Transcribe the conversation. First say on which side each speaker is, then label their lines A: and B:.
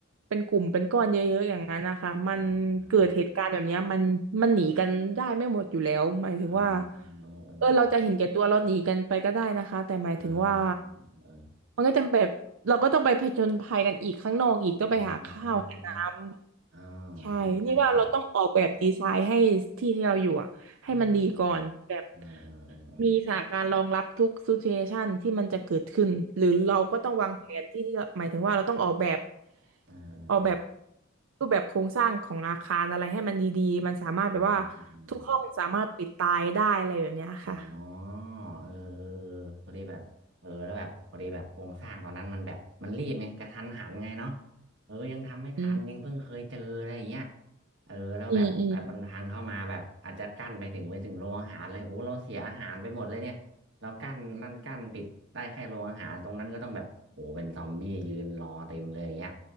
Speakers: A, on the right (about 75°); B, on the right (about 60°).
A: เป็นกลุ่มเป็นก้อนเยอะๆอย่างนั้นนะคะมันเกิดเหตุการณ์แบบเนี้ยมันมันหนีกันได้ไม่หมดอยู่แล้วหมายถึงว่า
B: อ่าอ่าอ่าเออเออ
A: เออเราจะเห็นแก่ตัวเราหนีกันไปก็ได้นะคะแต่หมายถึงว่า
B: อ่าเออ
A: มันก็จะแบบเราก็ต้องไปผจญภัยกันอีกข้างนอกอีกต้องไปหาข้าวหาน้
B: อ่าใช่ไหมใช่ไหมอ่า
A: ำ ใช่นี่ว่าเราต้องออกแบบดีไซน์ให้ที่ที่เราอยู่อะให้มันดีก่อนแบบ
B: ใช่ใช่ใช่อ่าเออเออเออเออ
A: มีสถานการณ์รองรับทุกซิเเอชันที่มันจะเกิดขึ้นหรือเราก็ต้องวางแผนที่ที่เราหมายถึงว่าเราต้องออกแบบ
B: เออเออ
A: ออกแบบรูปแบบโครงสร้างของอาคารอะไรให้มันดีๆมันสามารถแบบว่า
B: อืมอืมอืมอม
A: ทุกห้องสามารถปิดตายได้อะไรแบบเนี้ยค่ะ
B: อ๋อเออเออเออพอดีแบบเออแล้วแบบพอดีแบบโครงสร้างตอนนั้นมันแบบมันรีบไงกระทันหันไงเนาะเออยังทำไม่ทันยังเพิ่งเคยเจออะไรอย่างเงี้ย
A: อืม
B: เออแล้วแบบแบบมันพังเข้ามาแบบอาจจะกั้นไปถึงไปถึงโรงอาหารเลยโอ้เราเสียอาหารไปหมดเลยเนี่ยเรากั้นลั่นกั้นปิดได้แค่โรงอาหารตรงนั้นก็ต้องแบบโอ้เป็นซอมบี้ยืนรอเต็มเลยอย่างเงี้ย
A: อืมอืม